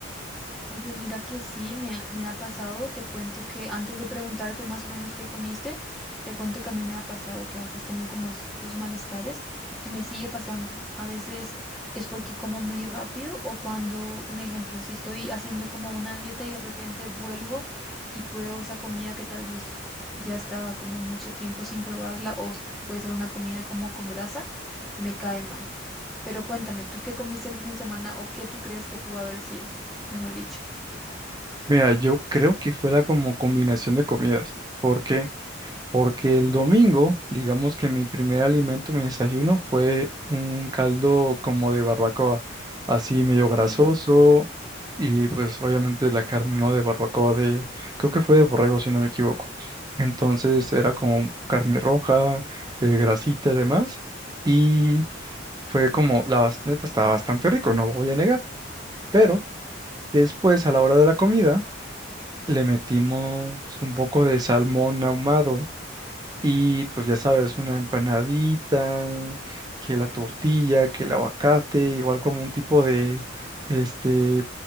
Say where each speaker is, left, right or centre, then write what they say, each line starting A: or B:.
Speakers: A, in the centre; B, on the right.
A: Oye, mira que sí, me, me ha pasado, te cuento que antes de preguntarte más o menos qué comiste, te cuento que a mí me ha pasado que a veces tengo como estos malestares y me sigue pasando. A veces es porque como muy rápido o cuando, un ejemplo, si estoy haciendo como una dieta y de repente vuelvo y pruebo esa comida que tal vez ya estaba como mucho tiempo sin probarla o s- puede ser una comida como con grasa, me cae mal. Pero cuéntame, ¿tú qué comiste el fin de semana o qué tú crees que pudo haber sido, mejor dicho?
B: Mira, yo creo que fue la como combinación de comidas. ¿Por qué? Porque el domingo, digamos que mi primer alimento, mi desayuno, fue un caldo como de barbacoa, así medio
A: Ok,
B: grasoso y pues obviamente la carne, ¿no? De barbacoa de, creo que fue de borrego, si no me equivoco. Entonces era como
A: ok.
B: carne roja, eh, grasita y demás. Y fue como, la bas- neta estaba bastante rico, no lo voy a negar. Pero después, a la hora de la comida, le metimos un poco de salmón ahumado y pues
A: Ok,
B: ya sabes, una empanadita, que la tortilla, que el aguacate, igual como un tipo de este